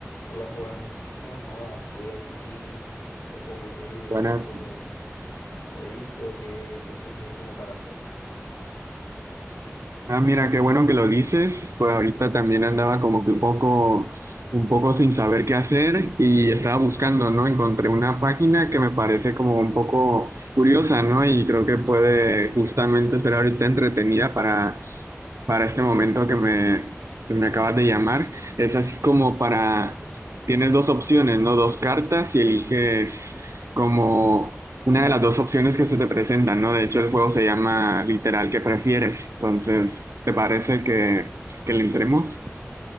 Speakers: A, on the left; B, on the right.
A: Hola Juan, no jodas, estoy aquí un poco aburrido,
B: Buenas.
A: un poco cansadito. ¿Qué, qué tienes ahí como para hacer?
B: Ah, mira, qué bueno que lo dices. Pues ahorita también andaba como que un poco, un poco sin saber qué hacer y estaba buscando, ¿no? Encontré una página que me parece como un poco curiosa, ¿no? Y creo que puede justamente ser ahorita entretenida para, para este momento que me, que me acabas de llamar. Es así como para, tienes dos opciones, ¿no? Dos cartas y eliges como... Una de las dos opciones que se te presentan, ¿no? De hecho, el juego se llama literal ¿qué prefieres? Entonces, ¿te parece que, que le entremos?